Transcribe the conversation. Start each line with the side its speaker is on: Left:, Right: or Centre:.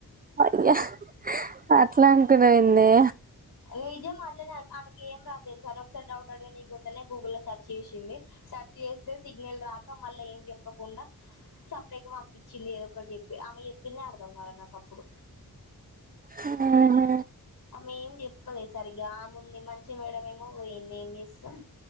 Right: అయ్యా అట్లా అంటున్నాయింది
Left: నిజం మాట్లా ఆమెకి ఏం రాదు తెలుస అని ఒకసారి డౌట్ అడగా న పోతేనే గూగుల్లో లో సెర్చ్ చేసింది సర్చ్ చేస్తే సిగ్నల్ రాక మళ్ళ ఏం చెప్పకుండా సపరేట్గా పంపించింది ఏదొ ఒకటి చెప్పి ఆమె చెప్పింది అర్ధం కాల నాకు అప్పుడు
Right: ఆ అహా
Left: మేం చెప్పదు ఈసరి గామ్ ఉంది మంచి మేడ ఏమో పోయింది ఏం చేస్తాం